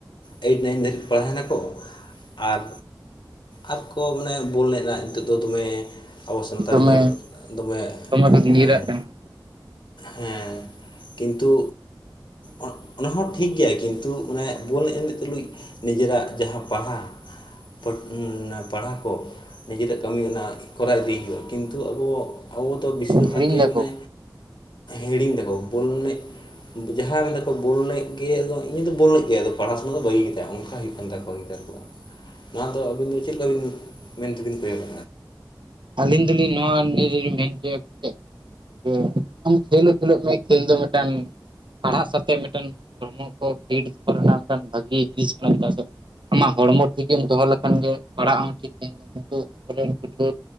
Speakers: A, on the left; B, on the right.
A: ᱮᱭᱤᱴ ᱱᱟᱭᱤᱱ ᱫᱷᱟᱹᱨᱤᱡ ᱠᱚ ᱯᱟᱲᱟᱣ ᱱᱟᱠᱚ ᱟᱨ ᱟᱨᱠᱚ ᱢᱟᱱᱮ ᱵᱚᱞ ᱮᱱᱮᱡ ᱨᱮᱱᱟᱜ ᱱᱤᱛᱚᱜ ᱫᱚ ᱫᱚᱢᱮ ᱟᱵᱚ ᱥᱟᱱᱛᱟᱞᱤ
B: ᱫᱚᱢᱮ
A: ᱨᱮᱱ ᱫᱚᱢᱮ
B: ᱠᱚ
A: ᱦᱮᱸ
B: ᱱᱤᱨᱟᱜ ᱠᱟᱱᱟ
A: ᱦᱮᱸ ᱾ ᱠᱤᱱᱛᱩ ᱚᱱᱟ ᱚᱱᱟ ᱦᱚᱸ ᱴᱷᱤᱠ ᱜᱮᱭᱟ ᱠᱤᱱᱛᱩ ᱚᱱᱮ ᱵᱚᱞ ᱮᱱᱮᱡ ᱛᱩᱞᱩᱡ᱾ ᱱᱤᱡᱮᱨᱟᱜ ᱡᱟᱦᱟᱸ ᱯᱟᱲᱦᱟᱜ ᱯᱚᱲ ᱮᱸ ᱯᱟᱲᱦᱟᱣ ᱠᱚ ᱱᱤᱡᱮᱨᱟᱜ ᱠᱟᱹᱢᱤ ᱚᱱᱟ ᱠᱚᱨᱟᱣ ᱤᱫᱤ ᱦᱩᱭᱩᱜᱼᱟ ᱠᱤᱱᱛᱩ ᱟᱵᱚ ᱟᱵᱚ ᱫᱚ ᱵᱮᱥᱤᱨ
B: ᱦᱤᱲᱤᱧ
A: ᱵᱷᱟᱜᱽ ᱜᱮ
B: ᱫᱟᱠᱚ
A: ᱢᱟᱱᱮ ᱦᱮᱲᱤᱝ ᱫᱟᱵᱚ ᱵᱚᱞ ᱮᱱᱮᱡ ᱾ ᱡᱟᱦᱟᱸᱭ ᱢᱮᱱ ᱫᱟᱠᱚ ᱵᱚᱞ ᱮᱱᱮᱡ ᱜᱮ ᱟᱫᱚ ᱩᱱᱤ ᱫᱚ ᱵᱚᱞ ᱮᱱᱮᱡ ᱜᱮ ᱟᱫᱚ ᱯᱟᱲᱦᱟᱣ ᱥᱮᱱᱟᱜ ᱫᱚ ᱵᱟᱹᱜᱤ ᱠᱮᱫᱟ ᱚᱱᱠᱟ ᱦᱩᱭᱩᱜ ᱠᱟᱱ ᱛᱟᱠᱚ ᱾ <unintelligible> ᱱᱚᱣᱟ ᱫᱚ ᱟᱹᱵᱤᱱ ᱫᱚ ᱪᱮᱞᱠᱟ ᱵᱮᱱ ᱢᱮᱱᱛᱮ ᱵᱮᱱ ᱠᱚᱭᱚᱜᱼᱟ?
B: ᱟᱹᱞᱤᱧ ᱫᱚᱞᱤᱧ ᱱᱚᱣᱟ ᱱᱤᱭᱟᱹᱜᱮᱞᱤᱧ ᱢᱮᱱ ᱦᱚᱪᱚᱭᱟ ᱡᱮ ᱟᱢ ᱠᱷᱮᱞ ᱠᱷᱮᱞᱳᱜ ᱢᱮ ᱠᱷᱮᱞ ᱫᱚ ᱢᱤᱫᱴᱟᱱ ᱯᱟᱲᱦᱟᱜ ᱥᱟᱶᱛᱮ ᱢᱤᱫᱴᱮᱱ ᱦᱚᱲᱢᱚ ᱠᱚ ᱯᱷᱤᱴ ᱫᱚᱦᱚ ᱨᱮᱱᱟᱜ ᱢᱤᱫᱴᱮᱱ ᱵᱷᱟᱹᱜᱤ ᱡᱤᱱᱤᱥ ᱠᱟᱱᱟ ᱪᱮᱫᱟᱜ ᱥᱮ ᱟᱢᱟᱜ ᱦᱚᱲᱢᱚ ᱴᱷᱤᱠᱮᱢ ᱫᱚᱦᱚ ᱞᱮᱠᱷᱟᱱ ᱜᱮ ᱯᱟᱲᱦᱟᱜ ᱦᱚᱸ ᱴᱷᱤᱠ ᱛᱟᱦᱮ ᱜᱮᱭᱟ ᱠᱤᱱᱛᱩ ᱟᱵᱚᱨᱮᱱ ᱜᱤᱫᱽᱨᱟᱹ